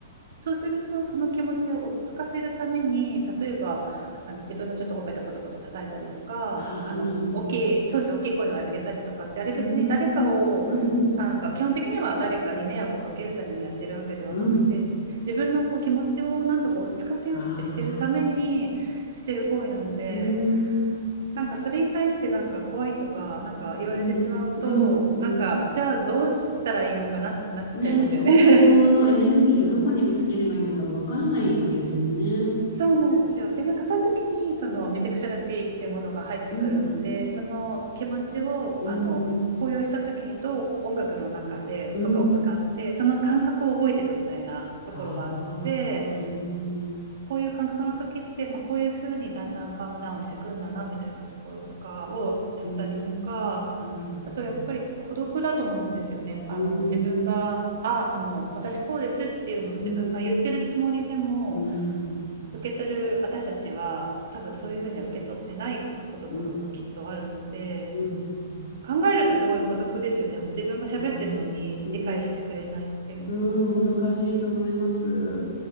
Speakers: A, on the right; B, on the left.
A: そうすると、その気持ちを落ち着かせるために、例えば、あの自分のちょっとほっぺたポトポト叩いたりとか、
B: ああ、
A: あの大きい、
B: なるほど。
A: そうですね、大きい声を上げたりとかって、あれ別に誰かを、
B: うん。うん。うん。
A: なんか基本的には誰かに迷惑をかけるためにやってるわけではなくて、
B: うん。
A: 自分のこう気持ちをなんとか落ち着かせようってしてるためにしてる行為なので、
B: ああ。うーん、
A: なんかそれに対してなんか怖いとか、なんか言われてしまうと、
B: うん、うん、
A: なんかじゃあどうしたらいいのかなってなっちゃいますよね。
B: うん。ね、そ、そこのエネルギーをどこにぶつければいいのかがわからないわけですもんね。
A: そうなんですよ。で、なんかそういう時にそのミュージックセラピーってものが入ってくるので、
B: うん、うん、
A: その気持ちをあの高揚した時にどう音楽の中でとかを使ってその感覚を覚えていくみたいなところがあって、
B: うん、うん。ああ、うん、
A: こういう感覚の時って、まあ、こういうふうにだんだんカームダウンしていくんだなみたいなところとかをやったりとか、
B: うん、うん、
A: あとやっぱり孤独だと思うんですよね。あの自分が、
B: うん、
A: あ、あの私こうですっていうのを自分が言ってるつもりでも。
B: うん、うん、
A: 受け取る私たちは多分そういうふうには受け取ってないこととかがきっとあるので
B: うん、うん。
A: 考えるとすごい孤独ですよね自分が喋ってるのに理解してくれないっていうのは
B: そうですね。うん、うん、もどかしいと思います。